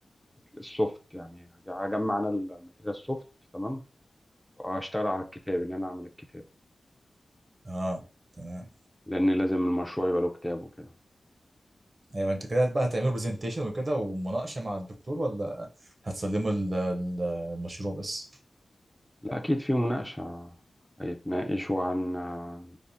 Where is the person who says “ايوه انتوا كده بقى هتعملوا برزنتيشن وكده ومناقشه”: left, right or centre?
Right